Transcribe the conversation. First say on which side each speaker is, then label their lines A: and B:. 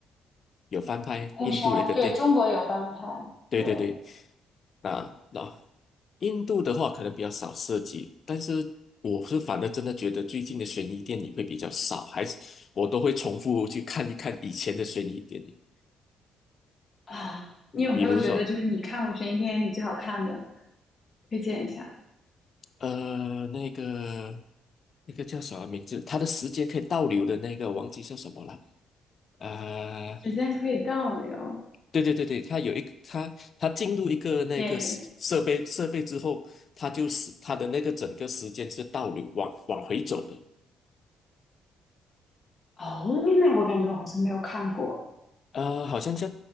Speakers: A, on the left; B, on the left.
A: 有翻拍印度的一个电，
B: 《误杀》，对，中国有翻拍，
A: 对对对，
B: 对
A: 啊，那印度的话可能比较少涉及，但是我是反而真的觉得最近的悬疑电影会比较少，还是我都会重复去看一看以前的悬疑电影，
B: 啊，你有没有觉得就是你看过悬疑电影里最好看的？
A: 比如说
B: 推荐一下，
A: 呃那个那个叫什么名字，他的时间可以倒流的那个，忘记叫什么了，呃
B: 时间可以倒流，
A: 对对对对，他有一个他它进入一个那个设设备设备之后，
B: 演员。
A: 他就是他的那个整个时间是倒流往往回走的。
B: 哦，那我感觉我好像没有看过。
A: 啊、好像叫